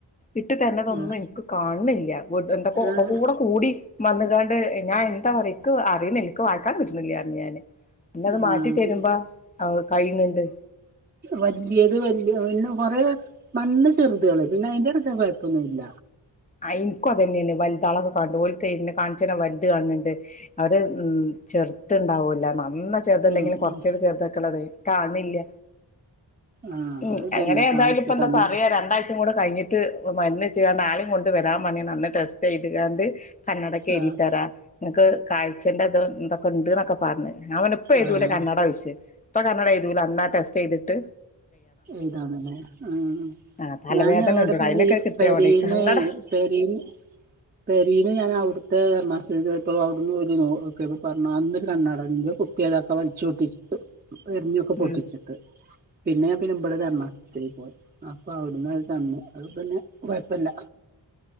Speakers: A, on the left; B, on the right.
A: ഇട്ട് തര്ണതൊന്നും
B: ആ
A: ഇൻക്ക് കാണ് ണില്ല്യ വിട്ട് എന്തൊക്കൊ
B: ആഹ്
A: ഒക്കൊ കൂടി മന്ന് <unintelligible> ഞാൻ എന്താ പറയാ ഇക്ക് അറീണില്ല ഇക്ക് വായിക്കാനും കിട്ട്ണില്ല പറഞ്ഞ് ഞാന് പിന്നെ അത്
B: ആഹ്
A: മാറ്റി തരുമ്പ ആ കയ്യിണ് ണ്ട്
B: വല്യേദ് വല്യേ പിന്നെ കൊറയെ നന്ന ചെറുതേള് പിന്നെ അയ്ന്റെ <unintelligible> കൊയപ്പൊന്നുല്ല
A: ആ ഇന്ക്കും അതെന്നേണ് വൽതാളൊക്കെ കാണ് ണ്ട് ഓല് തെര്ണ കാൺചെരാ വൽത് കാൺണ് ണ്ട് അത് ചെർത്ത്ണ്ടാവൂല നന്ന ചെർതല്ലെങ്കിലും
B: ഉം
A: കൊർച്ചാെക്കെ
B: ഉം
A: ചെർതെക്ക്ണതേ കാൺണില്ല
B: ആഹ്
A: ഉം
B: അത് ഇതന്നെ
A: അങ്ങനെ ഏതായാലും
B: കാഴ്ച
A: ഇപ്പ എന്താ
B: കമ്മല്
A: പറയാ രണ്ടാഴ്ചം കൂടെ കയ്ഞ്ഞി ട്ട് മര്ന്ന്ച്ച ആളെയും കൊണ്ട് വരാൻ പർഞ്ഞ്ണ് അന്ന് ടെസ്റ്റ് ചെയ്ത്ക്കാണ്ട് കണ്ണടെക്കെ എഴുതിത്തരാം
B: ആഹ്
A: ഇങ്ങൾക്ക് കാഴ്ചറ്റത് എന്തൊക്കെ ഉണ്ട് എന്നൊക്കെ പറഞ്ഞേ ഞാൻ പർഞ്ഞ് ഇപ്പെയ്തൂലെ
B: ആഹ്
A: കണ്ണട ചോയ്ച്ച് ഇപ്പൊ കണ്ണട എഴുതൂല അന്നാ ടെസ്റ്റെയ്തിട്ട്
B: ഇ ഏ താണല്ലേ ആ
A: ആഹ് തലവേദന
B: ഞൻ അവ്ടെ
A: ഉണ്ടെടാ
B: <unintelligible>
A: അയിനൊക്കെ കിട്ടിയാ
B: പെരീന്ന്
A: മതി കണ്ണട
B: പെരീന്ന് പെരീന്ന് ഞാനവ്ട്ത്തെ എറണാശീൽയപ്പോ അവ്ട്ന്ന് ഒര് നോക്കിയപ്പം പർഞ്ഞു അന്ന് കണ്ണാടാണ്ട് കുട്ട്യാളൊക്കെ വൽച്ചാെട്ടിച്ചിട്ട് എറിഞ്ഞൊക്കെ പൊട്ടിച്ചിട്ട്
A: ഉം
B: പിന്നെ പിെ ഇമ്മടെ എറണാകുളത്തേക്ക് പോയി <unintelligible> അപ്പ അവിടന്ന് തു അ പിന്നെ കുഴപ്പില്ല